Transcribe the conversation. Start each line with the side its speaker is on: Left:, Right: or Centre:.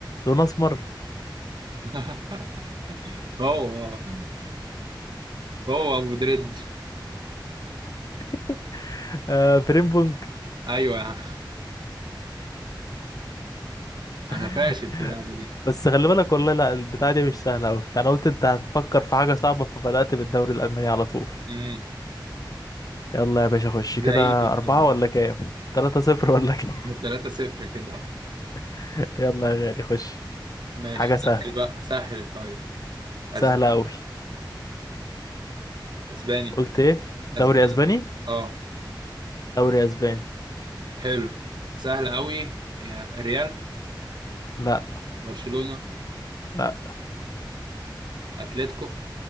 Left: لون اسمر
Right: <laughs> هو هو ابو دريد
Left: <laughs> آه فريم بونج
Right: ايوه يا عم. انا
Left: <laughs>
Right: فاشل في اللعبه دي
Left: بس خلي بالك والله لا البتاعة دي مش سهلة أوي أنا قلت أنت هتفكر في حاجة صعبة فبدأت بالدوري الألماني على طول
Right: امم
Left: يلا يا باشا خش
Right: زعيم
Left: كده
Right: انت
Left: أربعة
Right: برضه
Left: ولا كام؟ تلاتة صفر ولا كام؟
Right: 3 0 كده
Left: <laughs> يلا يا غالي خش
Right: ماشي
Left: حاجة سهلة
Right: سهل بقى سهل طيب اسباني
Left: سهلة أوي
Right: اسباني
Left: قلت إيه؟ دوري
Right: اسباني
Left: أسباني؟
Right: اه
Left: دوري أسباني
Right: حلو سهل قوي يا ريال
Left: لا
Right: برشلونة
Left: لا
Right: اتلتيكو